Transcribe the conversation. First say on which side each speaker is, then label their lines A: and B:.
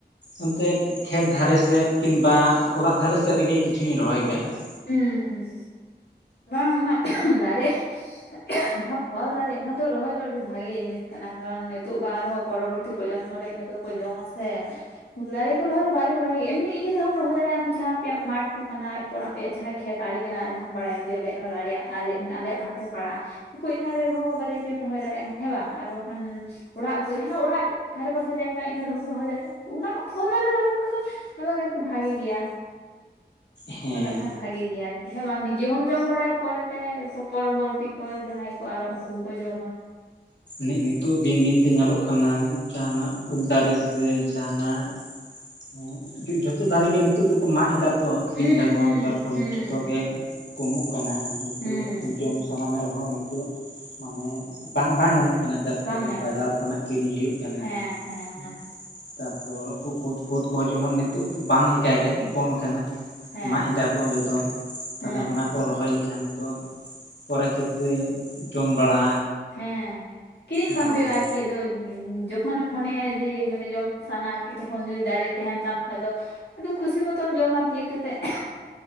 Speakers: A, on the left (about 85°); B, on the left (about 70°).
A: ᱚᱱᱛᱮ ᱠᱷᱮᱛ ᱫᱷᱟᱨᱮ ᱥᱮᱫ ᱠᱤᱱᱵᱟ ᱚᱲᱟᱜ ᱫᱷᱟᱨᱮ ᱥᱮᱫ ᱨᱮᱜᱮ ᱠᱤᱪᱷᱩᱧ ᱨᱚᱦᱚᱭ ᱠᱟᱜᱼᱟ ᱾
B: ᱩᱸ ᱦᱩᱸ ᱦᱩᱸᱻ, ᱵᱟᱝ ᱚᱱᱟ ᱫᱟᱨᱮ <unintelligible> ᱡᱟᱦᱟᱸ ᱯᱷᱚᱞ ᱫᱟᱨᱮ ᱚᱱᱟ ᱫᱚ ᱨᱚᱦᱚᱭ ᱫᱚ ᱟᱹᱰᱤ ᱵᱷᱟᱜᱮ ᱡᱤᱱᱤᱥ ᱠᱟᱱᱟ ᱠᱟᱨᱚᱱ ᱱᱤᱛᱳᱜ ᱵᱟᱝ ᱨᱮᱦᱚᱸ ᱯᱚᱨᱚᱵᱚᱨᱛᱤ ᱯᱨᱚᱡᱚᱱᱢᱚ ᱨᱮ ᱤᱱᱟᱹ ᱠᱚᱫᱚ ᱠᱚ ᱡᱚᱢᱟ ᱥᱮ ᱾ ᱫᱟᱨᱮ ᱠᱚ ᱨᱚᱦᱚᱭ ᱫᱚ ᱵᱷᱟᱜᱮ ᱫᱚ ᱵᱷᱟᱜᱮ ᱜᱮ ᱮᱢᱱᱤ ᱤᱭᱟᱹ ᱛᱮᱦᱚᱸᱢ ᱨᱚᱦᱚᱭ ᱫᱟᱲᱮᱜᱼᱟᱢ ᱡᱟᱦᱟᱸ ᱟᱯᱮᱭᱟᱜ ᱢᱟᱴᱷ ᱠᱚ ᱠᱟᱱᱟ ᱮᱨᱯᱚᱨ ᱟᱯᱮᱭᱟᱜ ᱡᱟᱦᱟᱸ ᱠᱷᱮᱛ ᱟᱲᱮ ᱠᱟᱱᱟ ᱡᱟᱦᱟᱸᱢ ᱵᱟᱲᱟᱭᱟ ᱡᱮ ᱟᱞᱮᱭᱟᱜ ᱱᱚᱣᱟ ᱫᱚ ᱟᱞᱮᱭᱟᱜ ᱟᱞᱮ ᱢᱟᱱᱮ ᱟᱞᱮᱭᱟᱜ ᱵᱷᱟᱜ ᱨᱮ ᱯᱟᱲᱟᱜ-ᱟ <unintelligible> ᱟᱲᱮ ᱨᱮᱦᱚᱸ ᱵᱟᱨᱭᱟ ᱯᱮᱭᱟᱢ ᱨᱚᱦᱚᱭ ᱫᱟᱲᱮᱜᱼᱟ ᱦᱮᱸ ᱵᱟᱝ ᱟᱨ ᱵᱟᱠᱷᱟᱱ ᱚᱲᱟᱜ ᱠᱚ ᱡᱟᱦᱟᱸ ᱚᱲᱟᱜ ᱫᱷᱟᱨᱮ ᱯᱟᱥᱮ ᱡᱟᱭᱜᱟ ᱤᱱᱟᱹ ᱨᱮᱦᱚᱢ ᱨᱚᱦᱚᱭ ᱫᱟᱲᱮᱭᱟᱜᱼᱟ ᱾ ᱚᱱᱟ ᱠᱚ ᱯᱷᱚᱞ ᱫᱟᱨᱮ ᱨᱚᱦᱚᱭ ᱯᱚᱠᱷᱮ ᱫᱚ <unintelligible> ᱟᱨᱠᱤ ᱵᱷᱟᱜᱮ ᱜᱮᱭᱟ ᱾
A: ᱦᱮᱸ ᱾
B: ᱠᱷᱟᱱ ᱵᱷᱟᱜᱤ ᱜᱮᱭᱟ ᱟᱨᱠᱤ ᱦᱮᱸ ᱵᱟᱝ ᱱᱤᱡᱮ ᱦᱚᱸᱢ ᱡᱚᱢ ᱵᱟᱲᱟᱭᱟ ᱯᱚᱨᱮ ᱛᱮ ᱯᱚᱨᱚᱵᱚᱨᱛᱤ ᱠᱚᱨᱮ ᱡᱟᱦᱟᱸᱭ ᱠᱚ ᱟᱨᱚ ᱩᱱᱠᱩ ᱠᱚ ᱡᱚᱢᱟ ᱾
A: ᱱᱤᱜ ᱱᱤᱛᱚᱜ ᱫᱤᱱ ᱫᱤᱱ ᱛᱮ ᱧᱮᱞᱚᱜ ᱠᱟᱱᱟ ᱡᱟᱦᱟᱱᱟᱜ ᱩᱞᱫᱟᱨᱮ ᱥᱮ ᱡᱟᱦᱟᱱᱟᱜ ᱠᱚ ᱡᱷᱚᱛᱚ ᱫᱟᱨᱮ ᱜᱮ ᱱᱤᱛᱳᱜ ᱫᱚᱠᱚ ᱢᱟᱜ ᱮᱫᱟ ᱛᱚ ᱟᱠᱷᱨᱤᱧ
B: ᱦᱩᱸ
A: ᱫᱟᱠᱚ
B: ᱦᱩᱸ
A: ᱡᱟᱨ ᱯᱷᱚᱞ
B: ᱦᱩᱸ
A: ᱡᱚᱛᱚ ᱜᱮ ᱠᱚᱢᱚᱜ ᱠᱟᱱᱟ ᱱᱤᱛᱚᱜ
B: ᱦᱩᱸ
A: ᱩᱞ ᱡᱚᱢ ᱥᱟᱱᱟ ᱢᱮ ᱨᱮᱦᱚ ᱱᱤᱛᱚᱜ ᱢᱟᱱᱮ ᱵᱟᱝ ᱵᱟᱝ ᱧᱟᱢᱚᱜ ᱚᱱᱮ ᱡᱟᱨ ᱯᱷᱚᱞᱮ
B: ᱵᱟᱝ ᱧᱟᱢᱟ
A: ᱵᱟᱡᱟᱨ ᱠᱷᱚᱱᱟᱜ ᱠᱤᱨᱤᱧ ᱦᱩᱭᱩᱜ ᱠᱟᱱᱟ
B: ᱦᱮᱸ ᱦᱮᱸ ᱦᱮᱸ
A: ᱾ ᱛᱟᱨᱯᱚᱨ ᱠᱩ ᱠᱳᱛ ᱯᱷᱳᱛ ᱠᱚᱦᱚ ᱡᱚᱢᱚᱱ ᱱᱤᱛᱚᱜ ᱫᱚ ᱵᱟᱝ ᱞᱮᱠᱟᱜᱮ ᱟᱹᱰᱤ ᱠᱚᱢ ᱠᱟᱱᱟ ᱾
B: ᱦᱮᱸ
A: ᱢᱟᱜ ᱮᱫᱟ ᱠᱚ ᱡᱚᱛᱚ ᱛᱟᱞᱦᱮ
B: ᱦᱮᱸ
A: ᱚᱱᱟ
B: ᱦᱮᱸ
A: ᱠᱚ ᱨᱚᱦᱚᱭ ᱞᱮᱠᱷᱟᱱ ᱫᱚ ᱯᱚᱨᱮ ᱠᱷᱮᱛᱨᱮ ᱡᱚᱢ ᱵᱟᱲᱟ
B: ᱦᱮᱸ, ᱠᱤᱨᱤᱧ
A: ᱵᱷᱟᱞᱮ
B: ᱵᱟᱝ ᱦᱩᱭᱩᱜᱼᱟ
A: ᱜᱮ
B: ᱟᱨᱠᱤ ᱟᱫᱚ <unintelligible> ᱠᱷᱚᱱ ᱮᱢ ᱢᱚᱱᱮᱭᱟ ᱡᱮ ᱢᱟᱱᱮ ᱡᱚᱢ ᱥᱟᱱᱟ ᱟᱨᱠᱤ ᱛᱚᱠᱷᱚᱱ ᱡᱩᱫᱤ ᱫᱟᱨᱮ ᱛᱮᱦᱮᱱ ᱛᱟᱢ ᱠᱷᱟᱡ ᱫᱚ ᱟᱫᱚ ᱠᱷᱩᱥᱤ ᱢᱚᱛᱚᱢ ᱡᱚᱢᱟ ᱛᱤᱭᱳᱜ ᱠᱟᱛᱮᱜ ᱾